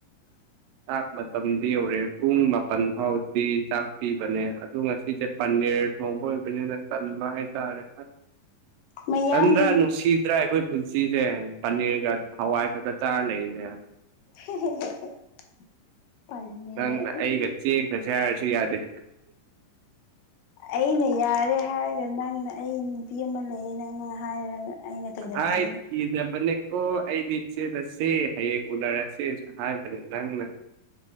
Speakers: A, on the right; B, on the left.
A: ꯆꯥꯛ ꯃꯇꯝꯗꯤ ꯌꯧꯔꯦ ꯄꯨꯡ ꯃꯥꯄꯜ ꯐꯥꯎꯗꯤ ꯆꯥꯛ ꯄꯤꯕꯅꯦ ꯑꯗꯣ ꯉꯁꯤꯁꯦ ꯄꯅꯤꯔ ꯊꯣꯡꯕ ꯑꯣꯏꯕꯅꯤꯅ ꯇꯟꯕ ꯍꯥꯏꯇꯥꯔꯦꯟꯗ꯭ꯔꯥ
B: ꯃꯌꯥꯡꯒꯤ
A: ꯅꯨꯡꯁꯤꯗ꯭ꯔꯥ ꯑꯩꯈꯣꯏ ꯄꯨꯟꯁꯤꯁꯦ ꯄꯅꯤꯔꯒ ꯍꯋꯥꯏ ꯈꯛꯇ ꯆꯥꯔ ꯂꯩꯏꯁꯦ
B: <unintelligible>
A: ꯅꯪꯅ
B: ꯑꯩ
A: ꯑꯩꯒ ꯆꯦꯡꯒꯁꯦ ꯍꯥꯏꯔꯁꯨ ꯌꯥꯗꯦ
B: ꯑꯩꯅ ꯌꯥꯔꯦ ꯍꯥꯏꯔꯒ ꯅꯪꯅ ꯑꯩ ꯅꯨꯄꯤ ꯑꯃ ꯂꯩꯑꯦ ꯅꯪꯅ ꯍꯥꯏꯔꯒ ꯑꯩꯅ ꯀꯩꯗꯧꯔꯅꯤ
A: <unintelligible> ꯏꯗꯄꯅꯤꯛ ꯑꯣ ꯑꯩꯗꯤ ꯆꯦꯜꯂꯁꯦ ꯍꯌꯦꯡ ꯎꯅꯔꯁꯦꯁꯨ ꯍꯥꯏꯕꯅꯦ ꯅꯪꯅ